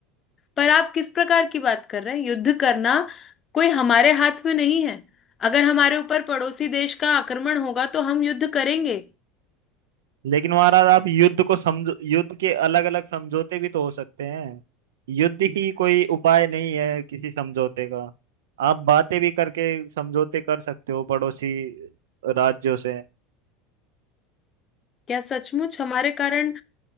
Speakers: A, on the left (about 35°); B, on the right (about 85°).
A: पर आप किस प्रकार की बात कर रहे हैं युद्ध करना कोई हमारे हाथ में नहीं है अगर हमारे ऊपर पड़ोसी देश का आक्रमण होगा तो हम युद्ध करेंगे
B: लेकिन महाराज आप युद्ध को समझो युद्ध के अलग अलग समझौते भी तो हो सकते हैं युद्ध ही कोई उपाय नहीं है किसी समझौते का आप बातें भी करके समझौते कर सकते हो पड़ोसी राज्यों से
A: क्या सचमुच हमारे कारण